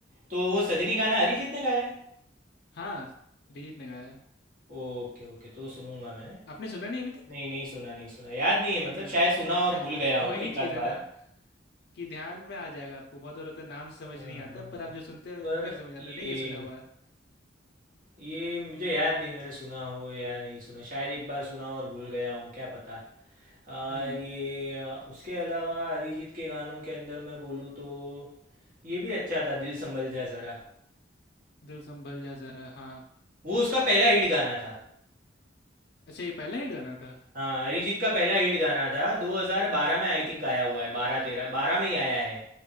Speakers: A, on the right (about 45°); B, on the left (about 60°).
A: तो वो सजनी गाना अरिजीत ने गाया है
B: हाँ अरिजीत ने गाया है।
A: ओके ओके तो सुनूंगा मैं
B: आपने सुना नहीं अभी तक
A: नहीं नहीं सुना नहीं सुना याद नहीं है
B: नहीं
A: मतलब
B: नहीं
A: शायद सुना और भूल गया हूँ
B: <laughs> वही
A: एक
B: चीज
A: आध
B: है ना
A: बार
B: कि ध्यान में आ जाएगा आपको बहुत औरत नाम से समझ
A: हाँ
B: नहीं आता
A: हाँ
B: पर
A: हाँ।
B: आप जो सुनते हो
A: पर
B: फिर समझ आता
A: ये
B: है नहीं ये सुना हुआ है
A: ये मुझे याद नहीं मैंने सुना हो या नहीं सुना शायद एक बार सुना और भूल गया हूँ क्या पता आ,
B: हम्म
A: ये आ, उसके अलावा अरिजीत के गानों के अंदर मैं बोलूँ तो ये भी अच्छा था दिल संभल जा ज़रा
B: दिल संभल जा जरा हाँ
A: वो उसका पहला हिट गाना था
B: अच्छा ये पहला हिट गाना था
A: हाँ अरिजीत का पहला हिट गाना था 2012 में आई थिंक आया हुआ है 12 13 12 में ही आया है